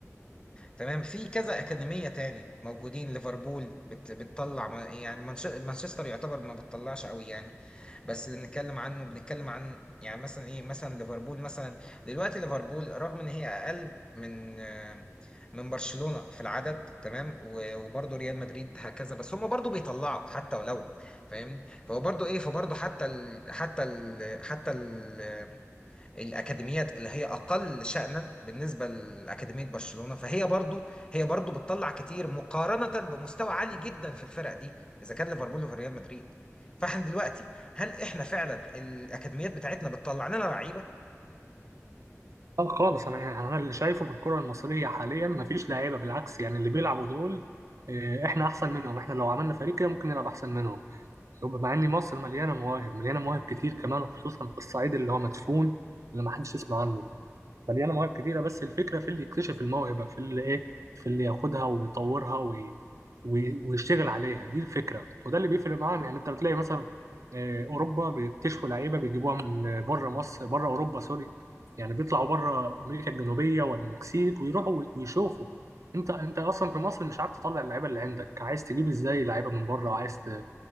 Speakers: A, on the left (about 20°); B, on the right (about 75°).
A: تمام في كذا أكاديمية تاني موجودين ليفربول بت... بتطلع ما- يعني منش... مانشستر يعتبر ما بتطلعش قوي يعني بس اللي بنتكلم عنه بنتكلم عن يعني مثلا ايه مثلا ليفربول مثلا دلوقتي ليفربول رغم ان هي اقل من آه، من برشلونة في العدد تمام و- وبرضه ريال مدريد هكذا بس هم برضه بيطلعوا حتى ولو فاهمني فهو برضه ايه فبرضه حتى ال... حتى ال... حتى ال... الاكاديميات اللي هي اقل شأنا بالنسبه لاكاديميه برشلونه فهي برضو هي برضو بتطلع كتير مقارنه بمستوى عالي جدا في الفرق دي اذا كان ليفربول وفي ريال مدريد فاحنا دلوقتي هل احنا فعلا الاكاديميات بتاعتنا بتطلع لنا لعيبه
B: اه خالص انا يعني انا اللي شايفه في الكره المصريه حاليا مفيش لعيبه بالعكس يعني اللي بيلعبوا دول آه، احنا احسن منهم احنا لو عملنا فريق كده ممكن نلعب احسن منهم مع ان مصر مليانه مواهب مليانه مواهب كتير كمان وخصوصا في الصعيد اللي هو مدفون اللي ما حدش يسمع عنه مليانه مواهب كتيره بس الفكره في اللي يكتشف الموهبه في اللي ايه في اللي ياخدها ويطورها وي... وي... ويشتغل عليها دي الفكره وده اللي بيفرق معانا يعني انت بتلاقي مثلا آه، اوروبا بيكتشفوا لعيبه بيجيبوها من بره مصر بره اوروبا سوري يعني بيطلعوا بره امريكا الجنوبيه والمكسيك ويروحوا وي- ويشوفوا انت انت اصلا في مصر مش عارف تطلع اللعيبه اللي عندك عايز تجيب ازاي لعيبه من بره وعايز ت-